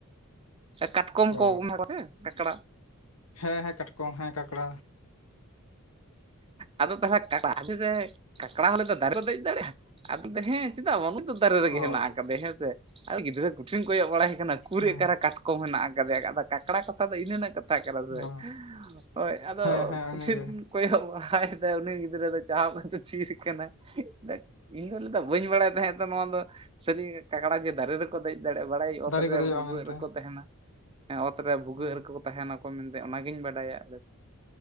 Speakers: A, on the right; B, on the left.
A: ᱠᱟᱴᱠᱚᱢ
B: ᱚ
A: ᱠᱚ <inaudible> ᱥᱮ ᱠᱟᱠᱲᱟ
B: ᱦᱮᱸ ᱦᱮᱸ ᱠᱟᱴᱠᱚᱢ ᱦᱮᱸ ᱠᱟᱠᱲᱟ
A: ᱟᱫᱚ ᱛᱟᱦᱚᱞᱮ ᱠᱟᱠᱲᱟ ᱟᱫᱚ ᱞᱟᱹᱭᱫᱟ ᱠᱟᱠᱲᱟ ᱦᱚᱸ ᱞᱟᱹᱭᱫᱟ ᱫᱟᱨᱮ ᱠᱚ ᱫᱮᱡᱽ ᱫᱟᱲᱮᱭᱟᱜᱼᱟ <inaudible> ᱦᱮᱸ᱾ ᱪᱮᱫᱟᱜ ᱵᱟᱝ ᱱᱚᱜ-ᱚᱭ ᱛᱚ ᱫᱟᱨᱮ ᱨᱮᱜᱮ
B: ᱚ
A: ᱦᱮᱱᱟᱜ ᱟᱠᱟᱫᱮᱭᱟ ᱦᱮᱸ ᱥᱮ? ᱟᱨ ᱜᱤᱫᱽᱨᱟᱹ ᱠᱚᱴᱷᱤᱱ ᱠᱚᱭᱚᱜ ᱵᱟᱲᱟᱭᱮ ᱠᱟᱱᱟ ᱩᱠᱩᱨᱭᱟ
B: ᱦᱮᱸ
A: ᱚᱠᱟᱨᱮ ᱠᱟᱴ ᱠᱚᱢ ᱦᱮᱱᱟᱜ ᱟᱠᱟᱫᱮᱭᱟᱫᱚ ᱟᱫᱚ ᱠᱟᱠᱲᱟ ᱠᱟᱛᱷᱟ ᱫᱚ ᱤᱱᱟᱹ ᱤᱱᱟᱹ ᱴᱟᱜ ᱠᱟᱱᱟ ᱥᱮ,
B: ᱚ
A: ᱦᱳᱭ ᱟᱫᱚ
B: ᱦᱮᱸ ᱦᱮᱸ
A: ᱠᱩᱴᱦᱤᱱ
B: ᱩᱱᱤᱜᱮ
A: ᱠᱚᱭᱚᱜ ᱵᱟᱦᱟᱭᱮᱫᱟᱭ ᱩᱱᱤ ᱜᱤᱫᱽᱨᱟᱹ ᱫᱚ ᱪᱟᱦᱟᱵ ᱠᱟᱛᱮᱫ ᱛᱦᱤᱨ ᱠᱟᱱᱟᱭ᱾ ᱤᱧ ᱫᱚ ᱞᱟᱹᱭᱫᱟ ᱵᱟᱹᱧ ᱵᱟᱲᱟᱭ ᱛᱟᱦᱮᱸ ᱛᱚ ᱱᱚᱣᱟ ᱫᱚ ᱥᱟᱹᱨᱤ ᱜᱮ ᱠᱟᱠᱲᱟ ᱡᱮ ᱫᱟᱨᱮ ᱨᱮ ᱠᱚ ᱫᱮᱡ ᱫᱟᱲᱮᱭᱟᱜᱼᱟ ᱵᱟᱲᱟᱭᱟᱹᱧ ᱚᱛ
B: ᱫᱟᱨᱮ ᱠᱚ
A: ᱨᱮ
B: ᱫᱮᱡᱚᱜᱼᱟ
A: ᱵᱷᱩᱜᱟᱹᱜ
B: ᱢᱮᱱᱛᱮ
A: ᱨᱮᱠᱚ ᱛᱟᱦᱮᱱᱟ ᱚᱛ ᱨᱮ ᱵᱷᱩᱜᱟᱹᱜ
B: ᱚ
A: ᱨᱮᱠᱚ ᱛᱟᱦᱮᱱᱟᱠᱚ ᱢᱮᱱᱛᱮ ᱚᱱᱟᱜᱤᱧ ᱵᱟᱰᱟᱭᱟ,